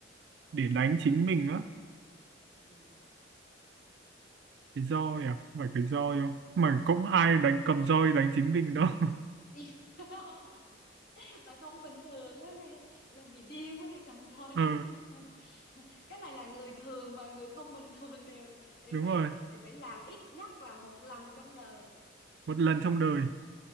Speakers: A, on the right; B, on the left.
A: để đánh chính mình á.
B: ừ.
A: Cái roi à? Phải cái roi không? Mà cũng ai đánh cầm roi đánh chính mình đâu. <laughs>
B: <laughs> là không bình thường á nghe là bị điên mới đi cầm roi
A: ờ
B: đánh chính mình <laughs> cái này là người thường và người không bình thường đều đều
A: đúng
B: phải
A: rồi
B: đều phải làm ít nhất là một lần trong đời
A: một lần trong đời